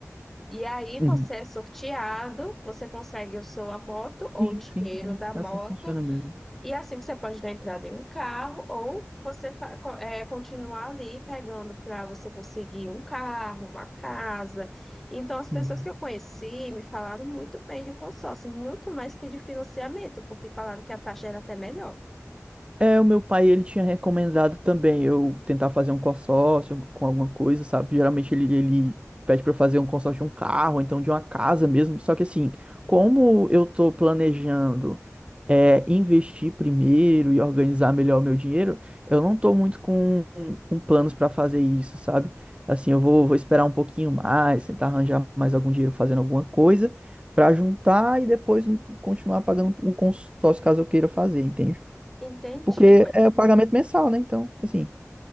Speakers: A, in the centre; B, on the right.
A: E aí você
B: uhum.
A: é sorteado, você consegue o seu a moto ou
B: Sim,
A: o dinheiro
B: sim, é
A: da moto,
B: é assim que funciona mesmo.
A: e assim você pode dar entrada em um carro ou você fa- co- é, continuar ali pegando para você conseguir um carro, uma casa. Então as pessoas
B: Uhum.
A: que eu conheci me falaram muito bem de consórcio, muito mais que de financiamento, porque falaram que a taxa era até melhor.
B: É, o meu pai, ele tinha recomendado também eu tentar fazer um consórcio com alguma coisa, sabe? Geralmente ele, ele pede pra eu fazer um consórcio de um carro, então de uma casa mesmo. Só que assim, como eu tô planejando é, investir primeiro e organizar melhor o meu dinheiro, eu não tô muito com, com planos pra fazer isso, sabe? Assim, eu vou, vou esperar um pouquinho mais, tentar arranjar mais algum dinheiro fazendo alguma coisa pra juntar e depois continuar pagando o consórcio caso eu queira fazer, entende?
A: Entendi.
B: Porque
A: Mas
B: é o pagamento mensal, né? Então, assim,